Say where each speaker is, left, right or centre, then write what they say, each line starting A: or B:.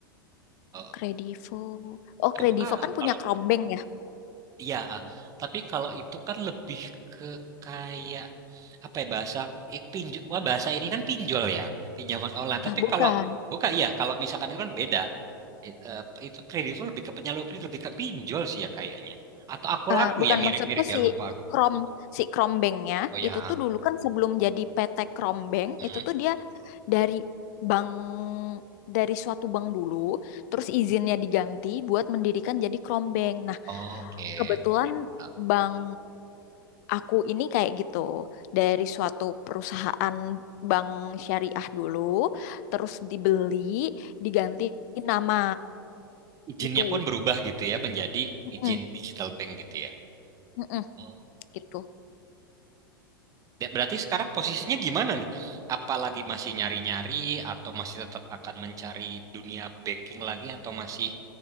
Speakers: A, on the right; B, on the left.
A: eh,
B: Kredivo. Oh, Kredivo
A: oh, bukan.
B: kan punya
A: Kalau
B: Krombank
A: kalau.
B: ya?
A: iya, eh. tapi kalau itu kan lebih ke kayak apa ya bahasa eh, pinju wah bahasa ini kan pinjol ya, pinjaman online.
B: Nah,
A: Tapi
B: bukan.
A: kalau bukan iya, kalau misalkan itu kan beda. It- eh, itu kredit itu lebih ke penyalur kredit lebih ke pinjol sih ya kayaknya. Atau aku
B: Eh,
A: laku
B: bukan
A: ya mirip-mirip
B: maksudku
A: ya
B: si
A: lupa aku.
B: Krom si Krombengnya
A: Oh ya.
B: itu tuh
A: ah.
B: dulu kan sebelum jadi PT Krombeng
A: Hmm.
B: itu tuh dia dari bank dari suatu bank dulu terus izinnya diganti buat mendirikan jadi Krombeng. Nah,
A: Oke.
B: kebetulan
A: Nah,
B: bank aku ini kayak gitu dari suatu perusahaan bank syariah dulu terus dibeli diganti nama
A: izinnya
B: gitu.
A: pun berubah gitu ya menjadi
B: Mm-mm,
A: izin digital bank gitu ya.
B: mm-mm,
A: Oh.
B: gitu.
A: Ya, Berarti sekarang posisinya gimana nih? Apalagi masih nyari-nyari atau masih tetap akan mencari dunia banking lagi atau masih